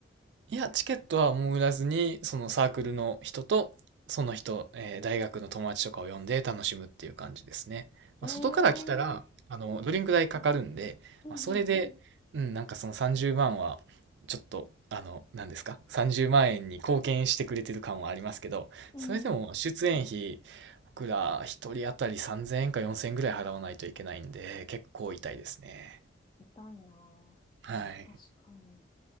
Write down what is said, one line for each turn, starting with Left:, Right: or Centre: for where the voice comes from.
Right: いや、チケットはもう売らずに、そのサークルの人と、その人、えー大学の友達とかを呼んで楽しむっていう感じですね。
Left: え
Right: まあ、外から来たら、
Left: ー、
Right: あの、ドリンク代かかるんで、
Left: うんうん
Right: まあ、それで、うん、なんかその30万は、ちょっと、あの、何ですか ?30 万円に貢献してくれてる感はありますけど、
Left: うん、
Right: それでも出演費、
Left: うん、
Right: 僕ら一人当たり3000円か4000円ぐらい払わないといけないんで、結構痛いですね。
Left: 痛いな
Right: はい。
Left: ぁ。確かに。